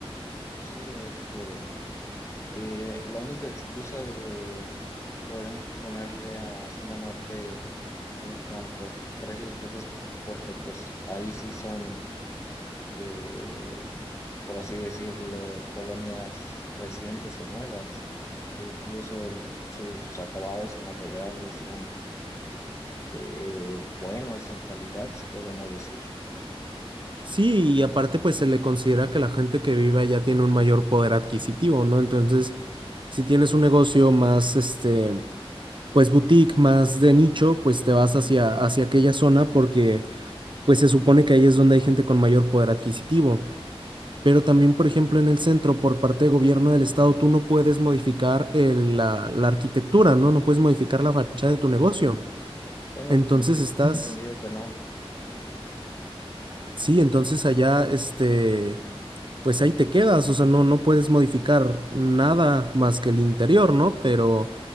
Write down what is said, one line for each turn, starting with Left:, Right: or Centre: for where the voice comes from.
Left: Pues sí, este, eh, la única excusa de que podríamos ponerle a zona norte en cuanto a sus precios, pues es porque pues ahí sí son eh, por así decirlo, colonias recientes o nuevas, e incluso sus acabados o materiales son eh, buenos en calidad, si podemos decir.
Right: Sí, y aparte pues se le considera que la gente que vive allá tiene un mayor poder adquisitivo, ¿no? Entonces, si tienes un negocio más, este, pues boutique, más de nicho, pues te vas hacia, hacia aquella zona porque pues se supone que ahí es donde hay gente con mayor poder adquisitivo. Pero también, por ejemplo, en el centro, por parte de gobierno del estado, tú no puedes modificar el- la, la arquitectura, ¿no? No puedes modificar la fachada de tu negocio.
Left: Tengo
Right: Entonces
Left: entendi-
Right: estás,
Left: entendido que no.
Right: sí, entonces allá, este, pues ahí te quedas, o sea, no, no puedes modificar nada más que el interior, ¿no? Pero,